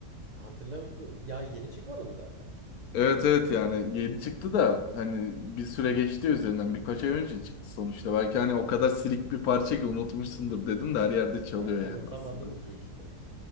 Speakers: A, on the right (about 65°); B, on the left (about 70°).
A: Hatırlamıyorum. Ya yeni çıkmadı mı zaten?
B: Evet evet yani yeni çıktı da hani bir süre geçti üzerinden birkaç ay önce çıktı sonuçta. Belki hani o kadar silik bir parça ki unutmuşsundur dedim de her yerde çalıyor
A: Ya unutamadım
B: yani aslında.
A: ki işte.